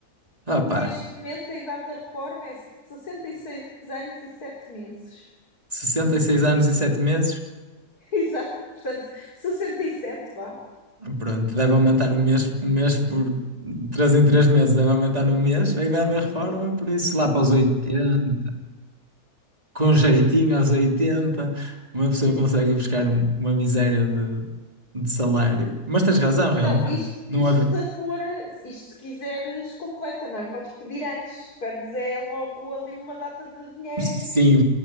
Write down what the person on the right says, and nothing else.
Opa,
66 anos e sete meses.
Pronto, deve aumentar um mês, um mês por 3 em 3 meses, deve aumentar um mês. A idade da reforma, por isso lá para os oitenta com um jeitinho aos oitenta uma pessoa consegue ir buscar um- uma miséria de, de salário. Mas tens razão, realmente.
Não,
houve-
Sim,